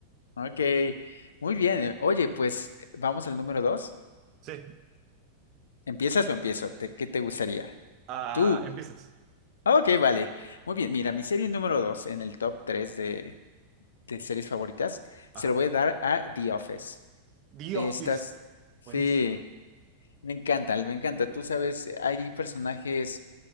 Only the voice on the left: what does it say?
Ok, muy bien. eh, Oye, pues vamos al número dos.
¿Empiezas o empiezo? ¿Te- ¿Qué te gustaría?
Tú.
Ah, Ok, vale. Muy bien, mira, mi serie número dos en el top 3 de, de series favoritas
se lo voy a dar a The Office.
Estas,
sí,
me encanta, me encanta. Tú sabes, hay personajes